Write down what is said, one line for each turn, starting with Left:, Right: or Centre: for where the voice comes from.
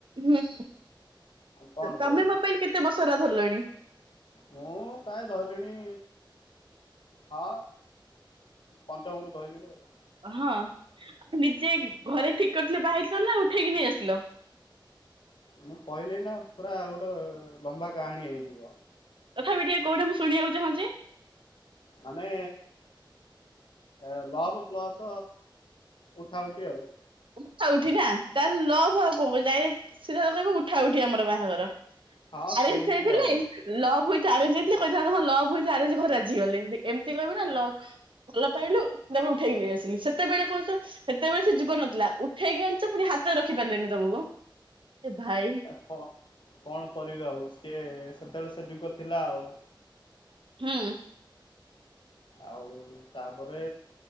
Right: ହୁଁ
Left: ଆଉ କଣ
Right: ତମେ
Left: କରିବି
Right: ମୋ ପାଇଁ କେତେ ବର୍ଷ ହେଲା ଧରିଲଣି?
Left: ମୁଁ ପ୍ରାୟ ଧରିଲିଣି। ହଁ ପଞ୍ଚମରୁ ଧଇଲିଣି ଆଉ।
Right: ହଁ ଆଉ ନିଜେ ଘରେ ଠିକ କରିଥିଲେ ବାହାହେଇଥିଲ ନା ଉଠେଇକି ନେଇ ଆସିଥିଲ।
Left: ମୁଁ କହିଲି ନା ପୁରା ଗୋଟେ ଲମ୍ବା କାହାଣୀ ହେଇଯିବ।
Right: ତଥାପି ଟିକେ କୋଉଠି ମୁଁ ଶୁଣିବାକୁ ଚାହୁଁଛି।
Left: ମାନେ ଏ ଲଭ୍ ପ୍ଲସ୍ ଉଠା ଉଠି ଆଉ
Right: ଉଠା ଉଠି ନା ତାଲେ ଲଭ୍ ଆଉ କଣ କ ଯାଇ ସିଧା କହିବୁ ଉଠା ଉଠି ଆମର ବାହାଘର। ଆରେଞ୍ଜ
Left: ହଁ ସେମିତି
Right: ହେଇଥିଲେ
Left: ଆଉ।
Right: ଲଭ୍ ୱିଥ୍ ଆରେଞ୍ଜ ହେଇଥିଲେ କହିଥାନ୍ତ ହଁ ଲଭ୍ ୱିଥ ଆରେଞ୍ଜ ଘରେ ଗଲେ ଏମିତି କହିବ ନା ଲଭ ଭଲ ପାଇଲୁ ତାପରେ ଉଠେଇକି ନେଇ ଆସିଲି। ସେତେବେଳେ କହୁଛ ସେତେବେଳେ ସେ ଯୁଗ ନଥିଲା। ଉଠେଇକି ଆଣିଛ ପୁଣି ହାତରେ ରଖି ପାରିଲେନି ତମକୁ ଏ ଭାଇ
Left: ଓହୋ କଣ କରିବି ଆଉ ସିଏ ସେତେବେଳେ ସେ ଯୁଗ ଥିଲା ଆଉ।
Right: ହୁଁ।
Left: ଆଉ ତାପରେ